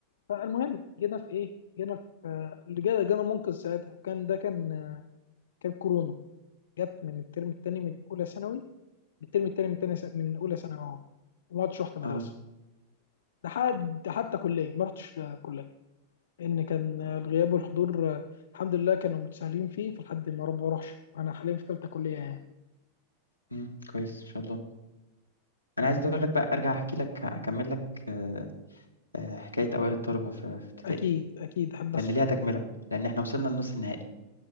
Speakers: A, on the left; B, on the left.
A: فالمهم جينا في ايه جينا في آه، اللي جا- جانا المنقذ ساعتها وكان ده كان آه، كان كورونا جت من الترم الثاني من اولى ثانوي من الترم الثاني من تانية س- من اولى ثانوي اه وما عدتش رحت مدرسه
B: اه
A: لحد حتى كليه ما رحتش آه، كليه لان كان الغياب والحضور آه، الحمد لله كانوا متساهلين فيه فلحد ما رب اروحش وانا حاليا في ثالثه كليه يعني
B: مم، كويس ان شاء الله انا عايز اقول لك بقى ارجع احكي لك اكمل لك آه، آه، حكايه اوائل الطلبه في في ابتدائي
A: اكيد اكيد احب
B: لان
A: اسمع
B: ليها تكمله لان احنا وصلنا لنص النهائي